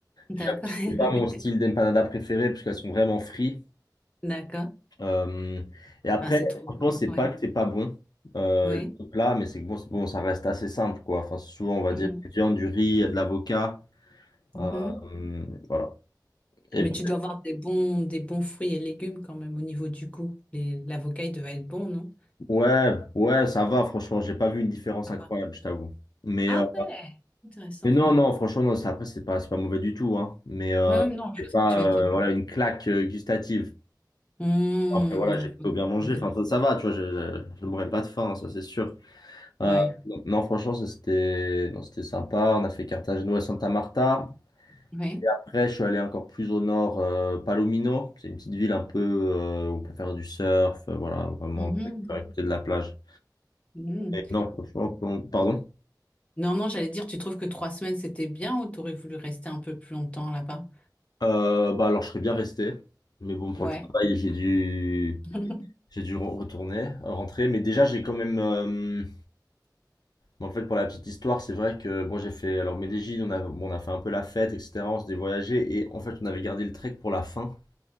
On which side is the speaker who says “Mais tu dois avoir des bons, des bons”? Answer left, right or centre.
Left